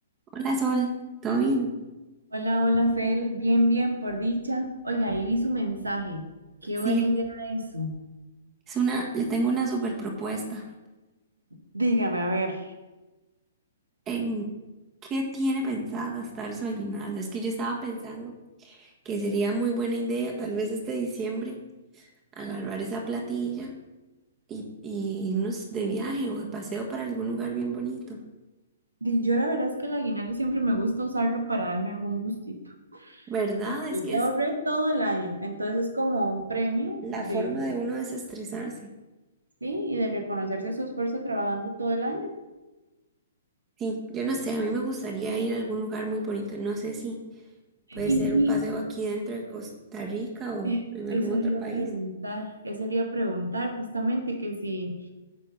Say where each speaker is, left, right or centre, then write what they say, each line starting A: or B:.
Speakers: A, on the right; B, on the right.
A: Hola Sol, ¿todo bien?
B: Hola, hola, Cel. Bien, bien, por dicha. Oiga, ahí vi su mensaje. Qué
A: Sí,
B: buena idea eso.
A: es una, le tengo una super propuesta.
B: Dígame, a ver.
A: ¿En qué tiene pensado gastar su aguinaldo? Es que yo estaba pensando que sería muy buena idea, tal vez este diciembre, agarrar esa platilla y, y irnos de viaje o de paseo para algún lugar bien bonito.
B: Di, yo la verdad es que el aguinaldo siempre me gusta usarlo para darme algún gustito.
A: ¿Verdad?
B: Yo te
A: Es que
B: ya
A: es
B: ahorré todo el año, entonces es como un premio
A: la
B: de,
A: forma de uno desestresarse.
B: sí, y de reconocerse su esfuerzo trabajando todo el año.
A: Sí, yo no sé, a mí me gustaría ir a algún lugar muy bonito. No sé si
B: Y
A: puede ser
B: sí,
A: un paseo aquí dentro de Costa Rica o
B: eh,
A: en
B: eso
A: algún
B: le
A: otro
B: iba
A: país.
B: a preguntar, eso le iba a preguntar justamente que si,